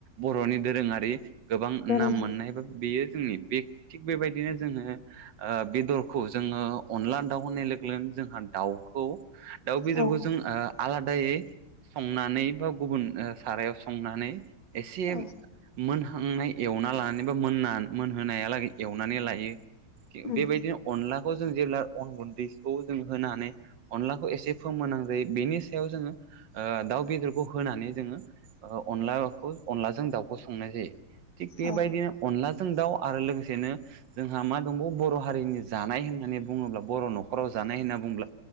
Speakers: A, on the right; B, on the left.
A: बर'नि दोरोङारि गोबां
B: दोरोङारि
A: नाम मोननाय बा बियो जोंनि बे थिग बेबायदिनो जोङो ओ बे दरखौ जोङो अनला दाउ होननाय लोगो लोगोनो जोंहा दाउखौ दाउ बेदरखौ
B: औ
A: जों ओ आलादायै संनानै बा गुबुन ओ सारायाव संनानै एसे
B: औ
A: मोन हांनाय एवना लानानै बा मोनना मोनहोनायालागै एवनानै लायो
B: उम
A: बेबायदिनो अनलाखौ जों जेब्ला अन गुनदैखौ जों होनानै अनलाखौ एसे फोमोनना नै बेनि सायाव जोङो ओ दाउ बेदरखौ होनानै जोङो ओ अनलाखौ अनलाजों दाउखौ संनाय जायो। थिग बेबायदिनो
B: औ
A: अनलाजों दाउ आरो लोगोसेनो जोंहा मा दंबावो बर' हारिनि जानाय होननानै बुङोब्ला बर' न'खराव जानाय होनना बुंब्ला